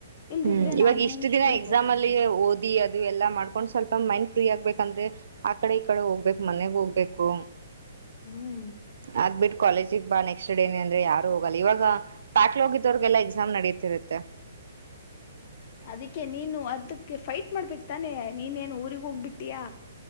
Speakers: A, on the left (about 30°); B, on the right (about 65°).
A: ಇಲ್ದಿದ್ರೆ
B: ಹ್ಮ್ ಇವಾಗ
A: ನಾನು
B: ಇಷ್ಟು ದಿನ
A: ಊರಿಗ್
B: ಎಕ್ಸಾಮ್
A: ಹೋಗ್ಬಿಡ್ತೀನಿ
B: ಅಲ್ಲಿ ಓದಿ ಅದು ಎಲ್ಲಾ ಮಾಡ್ಕೊಂಡ್ ಸ್ವಲ್ಪ ಸ್ ಮೈಂಡ್ ಫ್ರೀ ಆಗ್ಬೇಕಂದ್ರೆ ಆ ಕಡೆ ಈ ಕಡೆ ಹೋಗ್ಬೇಕಕ್ ಮನೆಗ್ ಹೋಗ್ಬೇಕು
A: ಹ್ಮ್
B: ಆಗ್ಬಿಟ್ಟು ಕಾಲೇಜ್ ಕ್ ಬಾ ನೆಕ್ಸ್ಟ್ ಡೇನ ಅಂದ್ರೆ ಯಾರು ಹೋಗಲ್ಲ ಇವಾಗ ಪ್ಯಾಕ್ಲ್ ಹೋಗಿದವರ್ಗೆಲ್ಲಾ ಎಕ್ಸಾಮ್ ನಡೀತಿರುತ್ತೆ
A: ಅದಕ್ಕೆ ನೀನು ಅ್ದ ೆ ಫೈಟ್ ಮಾಡ್ಬೇಕು ತಾನೆ ನೀನ್ೇನ್ ಊಗ್ ಹೋಗ್ಬಿಟ್ಟಿಯಾ